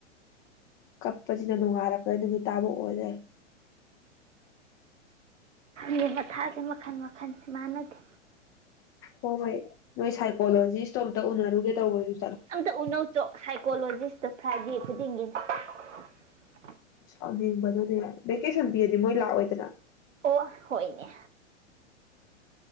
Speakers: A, on the left; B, on the right.
A: ꯀꯞꯄꯁꯤꯗ ꯅꯣꯡꯉꯥꯂꯕ꯭ꯔ ꯅꯨꯃꯤꯠ ꯇꯥꯕ ꯑꯣꯏꯔꯦ
B: ꯃꯤ ꯃꯊꯥꯁꯦ ꯃꯈꯜ ꯃꯈꯟꯅꯤ ꯃꯥꯟꯅꯗꯦ
A: ꯍꯣꯏ ꯍꯣꯏ ꯅꯣꯏ ꯁꯥꯏꯀꯣꯂꯣꯖꯤꯁꯇꯣ ꯑꯝꯇ ꯎꯅꯔꯨꯒꯦ ꯇꯧꯕꯅꯦ
B: ꯑꯝꯇ ꯎꯅꯧ ꯆꯣ ꯁꯥꯏꯀꯣꯂꯣꯖꯤꯁꯇꯣ ꯐ꯭ꯔꯥꯏꯗꯦ <unintelligible>
A: ꯁꯥꯎꯅꯤꯡꯕꯅꯅꯦ ꯚꯦꯀꯦꯁꯟ ꯄꯤꯔꯗꯤ ꯃꯣꯏ ꯂꯥꯛꯑꯣꯏꯗꯅ
B: ꯑꯣ ꯍꯣꯏꯅꯦ